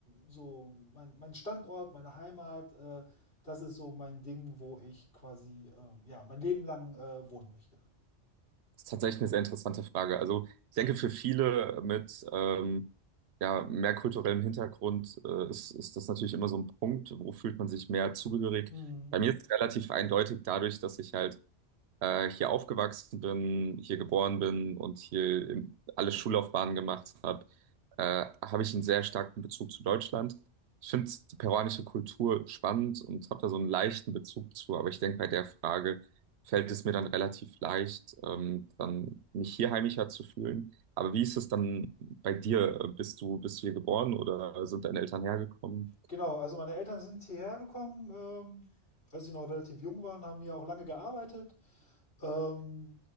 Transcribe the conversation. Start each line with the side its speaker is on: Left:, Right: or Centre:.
Left: so mein, mein Standort, meine Heimat, äh, das ist so mein Ding, wo ich quasi äh, ja, mein Leben lang äh, wohnen möchte.
Right: Das ist tatsächlich eine sehr interessante Frage. Also ich denke, für viele mit ähm, ja, mehr kulturellem Hintergrund äh, ist, ist das natürlich immer so ein Punkt, wo fühlt man sich mehr zugehörig.
Left: Mhm.
Right: Bei mir ist es relativ eindeutig dadurch, dass ich halt äh, hier aufgewachsen bin, hier geboren bin und hier im- alle Schullaufbahnen gemacht habe, äh, habe ich einen sehr starken Bezug zu Deutschland. Ich finde die peruanische Kultur spannend und habe da so einen leichten Bezug zu, aber ich denke, bei der Frage fällt es mir dann relativ leicht, ähm, dann mich hier heimischer zu fühlen. Aber wie ist es dann bei dir? Bist du, bist du hier geboren oder sind deine Eltern hergekommen?
Left: Genau, also meine Eltern sind hierher gekommen, ähm, als sie noch relativ jung waren, haben hier auch lange gearbeitet, Ähm,